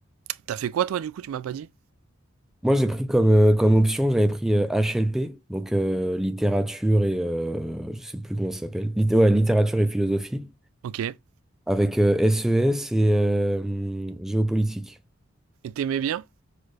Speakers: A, on the right (about 90°); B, in the centre.
A: T'as fait quoi, toi, du coup, tu m'as pas dit
B: Moi, j'ai pris comme, euh, comme option, j'avais pris euh, HLP, donc euh, littérature et euh, je sais plus comment ça s'appelle. Litté- ouais, littérature et philosophie,
A: Ok. Et
B: avec euh, SES et euh, géopolitique.
A: t'aimais bien